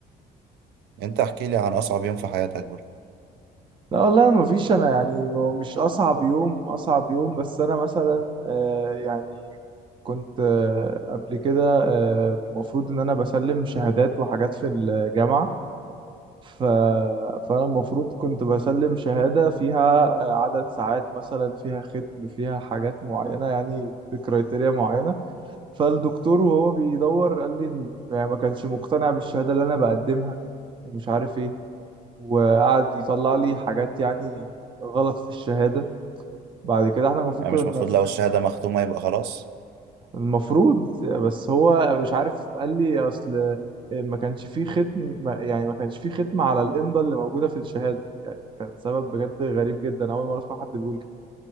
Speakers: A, on the right; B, on the right.
A: انت احكي لي عن اصعب يوم في حياتك برضه
B: لا والله ما فيش انا يعني هو مش اصعب يوم اصعب يوم بس انا مثلا آه يعني كنت آه قبل كده آه، المفروض ان انا بسلم شهادات وحاجات في الجامعة ف... فأنا المفروض كنت بسلم شهادة فيها عدد ساعات مثلا فيها ختم فيها حاجات معينة يعني بكريتيريا معينة فالدكتور وهو بيدور قال لي إن- يعني ما كانش مقتنع بالشهادة اللي أنا بقدمها ومش عارف إيه وقعد يطلع لي حاجات يعني غلط في الشهادة بعد كده احنا المفروض
A: يعني
B: كنا
A: مش المفروض لو الشهادة مختومة يبقى خلاص
B: المفروض بس هو مش عارف قال لي اصل ما كانش فيه ختم ما- يعني ما كانش فيه ختم على الامضه اللي موجوده في الشهاده يعني كان سبب بجد غريب جدا اول مره اسمع حد بيقول كده